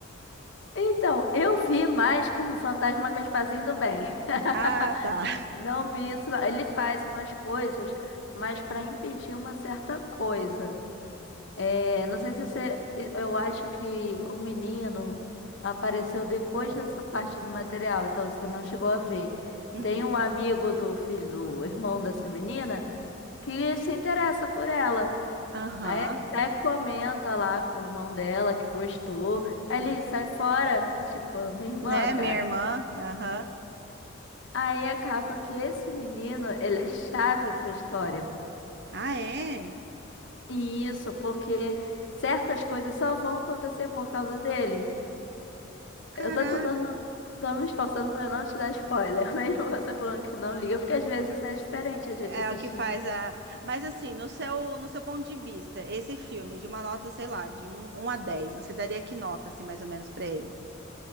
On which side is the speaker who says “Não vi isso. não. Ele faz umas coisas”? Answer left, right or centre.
Left